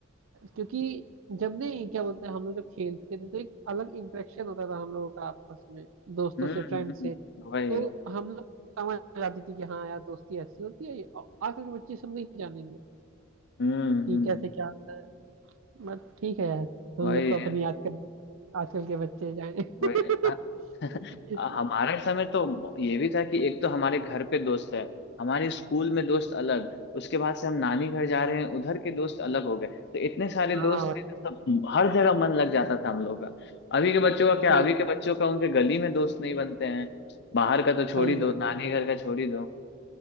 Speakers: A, on the right; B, on the left.
A: क्योंकि जब नहीं क्या बोलते हैं हम लोग जब खेलते थे तो एक अलग इंटरेक्शन होता था हम लोगों का आपस में दोस्तों
B: हम्म
A: से फ्रेंड
B: हम्म,
A: से
B: वही
A: तो हम लोग समझ जाती थी कि हाँ यार दोस्ती ऐसी होती है ये अ- आजकल के बच्चे सब नहीं जानेंगे
B: हम्म
A: कि
B: हम्म,
A: कैसे क्या होता है। बट ठीक है यार हम
B: वही
A: लोग को अपनी याद कर आजकल के बच्चे जाए
B: वही अ-
A: <laughs>
B: <laughs> हमारे समय तो ये भी था कि एक तो हमारे घर पे दोस्त है हमारे स्कूल में दोस्त अलग उसके बाद से हम नानी घर जा रहे हैं उधर के दोस्त अलग हो गए तो इतने सारे
A: हाँ
B: दोस्त
A: भाई,
B: थे तो सब हर जगह मन लग जाता था हम लोग का अभी के बच्चों का क्या
A: सही
B: अभी के बच्चों का उनके गली में दोस्त नहीं बनते हैं बाहर का तो छोड़
A: सही
B: ही दो
A: है
B: नानी घर का छोड़ ही दो